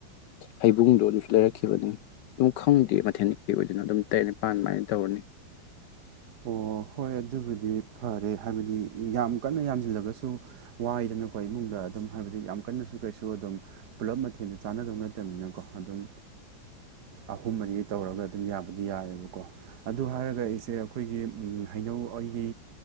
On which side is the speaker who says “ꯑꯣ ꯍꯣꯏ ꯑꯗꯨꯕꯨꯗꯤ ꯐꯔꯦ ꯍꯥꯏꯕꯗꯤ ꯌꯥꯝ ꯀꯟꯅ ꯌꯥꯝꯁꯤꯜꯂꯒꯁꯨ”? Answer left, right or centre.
Right